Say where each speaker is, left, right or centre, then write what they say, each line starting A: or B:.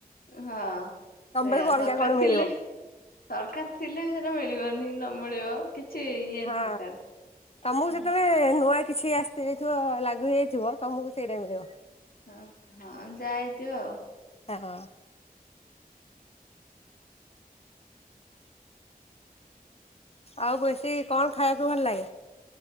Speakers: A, on the left; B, on the left.
A: ହଁ
B: ତମ
A: ସେଇଆ
B: ବେଳକୁ ଅଲଗା
A: ସରକାର
B: କଣ ମିଳିବ
A: ଥିଲେ ସରକାର ଥିଲେ ବି ସେଟା ମିଳିବନି ନ ମିଳିବ। କିଛି ଇଏ
B: ହଁ
A: ନାହିଁ ତାର।
B: ତମକୁ
A: ହଁ
B: ସେତେବେଳେ ନୂଆ କିଛି ଆସ <unintelligible> ଥିବ ଲାଗୁ ହେଇଯାଇଥିବ ତମକୁ ସେଇଟା ମିଳିବ।
A: ହଁ ହଁ ଯା ହେଇଥିବ ଆଉ।
B: ହଁ। ଆଉ ବେଶୀ କଣ ଖାଇବାକୁ ଭଲ ଲାଗେ?